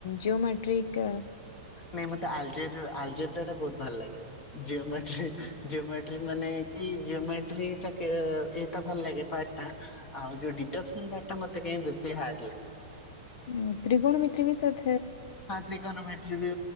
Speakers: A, on the left; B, on the left.
A: ଜିଓମେଟ୍ରିକ୍
B: ନାଇଁ ମତେ ଆଲଜେର ଆଲଜେବ୍ରା ଟା ବହୁତ ଭଲ ଲାଗେ ଜିଅମା ଜିଓମାଟ୍ରିକ ମାନେ କି ଜିଓମାଟ୍ରି ଫେକ ଏଇଟା ଭଲ ଲାଗେ ପାଟ ଟା। ଆଉ ଯୋଉ ଡିଡକ୍ସନ ପାର୍ଟ ଟା ମତେ କାଇଁ ବେଶି ହଡ ଲାଗେ।
A: ହୁଁ ତ୍ରିିକୋଣ ମିତ୍ରି ବିସଦ
B: ହଁ ତ୍ରିକନ ମେଟ୍ରି ବି